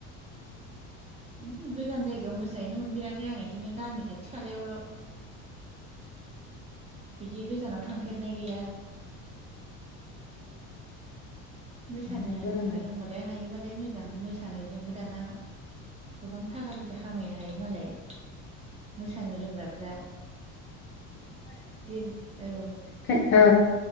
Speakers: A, on the right; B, on the left.
A: उम गोजान जायगायाव मोसाहैनो मोनफेराखै आं इदिनो गामि खाथि खालायावल'। बिदि गोजानाव थांफेरनाय गैया। मोसानो
B: नंगौ नामा
A: रोंबालाय हायोबालाय मोजां मोसानायजोंबो दाना गोबां थाखा फैसा खामायनो हायो मालाय मोसानो रोंग्राफ्रा। दिर औ।
B: टि औ